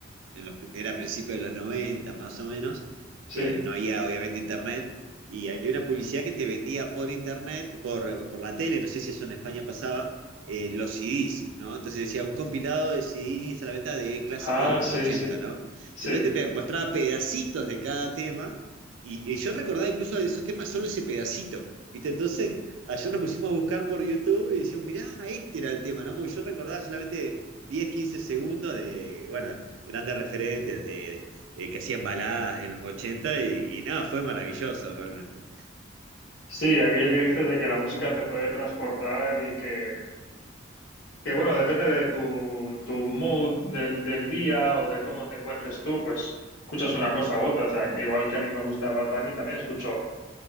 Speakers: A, on the right (about 90°); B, on the left (about 85°).
A: en los- era a principios de los 90 más o menos,
B: Sí.
A: eh, no había obviamente internet, y había una publicidad que te vendía por internet, por, por la tele, no sé si eso en España pasaba, eh, los CDs, ¿no? Entonces decía un compilado de CDs a la venta de clásicos
B: Ah,
A: de los
B: sí,
A: ochenta
B: sí,
A: ¿no?
B: sí.
A: Entonces te pe- mostraba pedacitos de cada tema, y, y yo recordaba incluso de esos temas solo ese pedacito. ¿Viste? Entonces, ayer nos pusimos a buscar por YouTube y decíamos, mirá, este era el tema, ¿no? Porque yo recordaba solamente 10 15 segundos de, bueno, grandes referentes de, de que hacían baladas en los 80 y, y nada, fue maravilloso realmente.
B: Sí, aquello que dices de que la música te puede transportar y que, que bueno, depende de tu, tu mood del, del día o de cómo te encuentres tú, pues escuchas una cosa u otra. O sea, igual que a mí me gusta Bad Bunny, también escucho